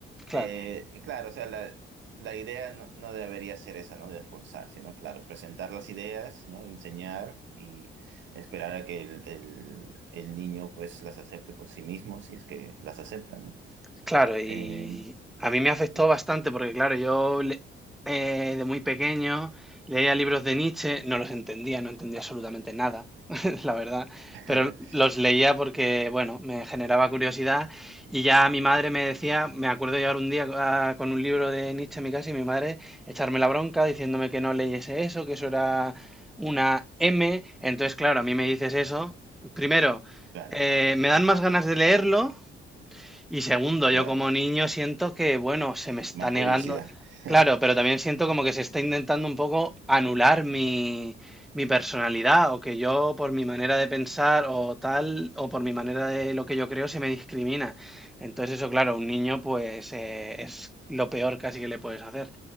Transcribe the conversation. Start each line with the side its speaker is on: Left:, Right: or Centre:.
Centre: Claro.
Right: Eh, claro, o sea, la, la idea no, no debería ser esa, ¿no? De forzar, sino, claro, presentar las ideas, ¿no? Enseñar y esperar a que el, el- el niño, pues, las acepte por sí mismo, si es que las acepta, ¿no?
Centre: Claro, y
Right: Eh,
Centre: a mí me afectó
Right: sí.
Centre: bastante porque, claro, yo le- eh, de muy pequeño leía libros de Nietzsche, no los entendía, no entendía absolutamente nada, <laughs> la verdad,
Right: <laughs>
Centre: pero los leía porque, bueno, me generaba curiosidad y ya mi madre me decía, me acuerdo llegar un día ah, con un libro de Nietzsche en mi casa y mi madre echarme la bronca diciéndome que no leyese eso, que eso era una M, entonces, claro, a mí me dices eso, primero,
Right: Claro,
Centre: eh, me dan más ganas de leerlo. Y segundo,
Right: claro.
Centre: yo como niño siento que, bueno, se me está
Right: Más
Centre: negando.
Right: curiosidad.
Centre: Claro,
Right: <laughs>
Centre: pero también siento como que se está intentando un poco anular mi, mi personalidad, o que yo por mi manera de pensar o tal, o por mi manera de lo que yo creo, se me discrimina. Entonces eso, claro, a un niño pues eh, es lo peor casi que le puedes hacer.